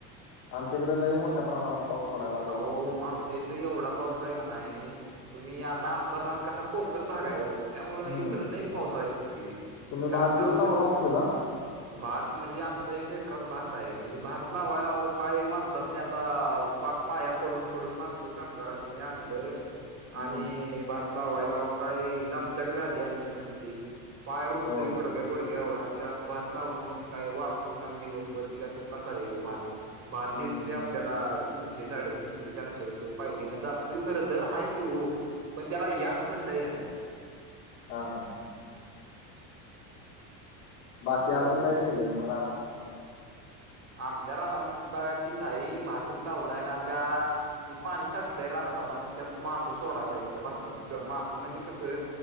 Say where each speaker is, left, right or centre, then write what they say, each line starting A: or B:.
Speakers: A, on the left; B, on the right.
A: आमच्याकडे ल मोठ्या प्रमाणात पाऊस पडायला लागला
B: आ
A: तुमच्या इकडे
B: आम आच्या इथ एवढा पाऊस आहे का नाही तुम्ही आता आमचा भाग कसा कोकण भाग आहे हो त्यामु
A: हम्म
B: इकड लई पावसा आहेच तु
A: तुम्ही
B: घाटाच्या
A: भात बीत लावला
B: प
A: असशील हा
B: भात म्हणजे आमचा एक एकरात भात आहे म्हणजे भात लावायला ओ काही माणसासनी आता पाक पाया पडून पडून माणसं कामगारास्नी आणलं
A: हम्म
B: आणि भात लावायला ओ काही दमचाक झाली आमची नुसती पाय रुत्तोय
A: होय
B: गुडग्या गुडग्या एवडा अन त्यात भात लावन म्हणजे काय वाकून अन दिवत भरती काय सो कतय ह्यो भात भात
A: हम्म
B: दिसते
A: हम्म
B: आपल्याला
A: हम्म
B: तीन शे साडे तीनशे चारशे रुपये पायली न जातय खर तर हाय कि ओ पण त्याला याप पण लय हाय
A: हा हा हा बाकी
B: होय.
A: अजून काय केलंय मग राहना
B: आमच्या राहणार बघा तिथई भातच लावलाय ना त्या ती पाणी साटले राहना आता मग ते मास सोडायचयत त्या भातात मासं म्हणजे कसं